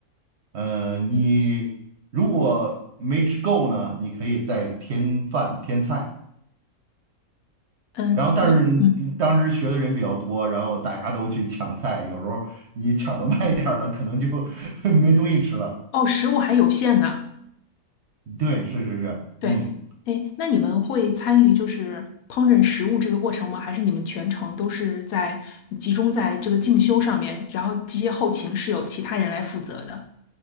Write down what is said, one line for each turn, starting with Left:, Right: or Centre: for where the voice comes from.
Right: 呃，你如果没吃够呢，你可以再添饭添菜。
Left: 嗯，
Right: 然后，但是嗯当时学的人比较多，
Left: 你嗯，
Right: 然后大家都去抢菜，有时候你抢的慢一点儿了，可能就 <laughs> 没东西吃了。
Left: 哦，食物还有限呢。
Right: 对，是是是，
Left: 对，
Right: 嗯，
Left: 哎，那你们会参与就是烹饪食物这个过程吗？还是你们全程都是在集中在这个进修上面，然后这些后勤是由其他人来负责的？